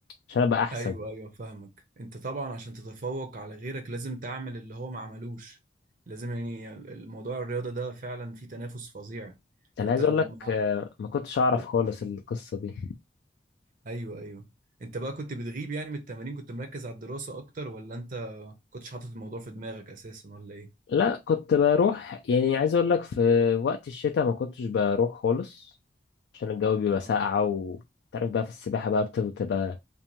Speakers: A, on the left; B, on the right.
A: عشان ابقى احسن
B: ايوه ايوه فاهمك انت طبعا عشان تتفوق على غيرك لازم تعمل اللي هو ما عملوش لازم يعني الموضوع الرياضة ده فعلا فيه تنافس فظيع
A: انا
B: فانت
A: عايز
B: لو
A: اقول لك
B: مع...
A: آه، ما كنتش اعرف
B: <laughs>
A: خالص القصة دي
B: ايوه ايوه انت بقى كنت بتغيب يعني من التمارين كنت مركز على الدراسة اكتر ولا انت كنتش حاطط الموضوع في دماغك اساسا ولا ايه
A: لا كنت بروح يعني عايز اقول لك في وقت الشتاء ما كنتش بروح خالص عشان الجو بيبقى
B: اه
A: ساقعة وتعرف بقى في السباحة بقى بتبقى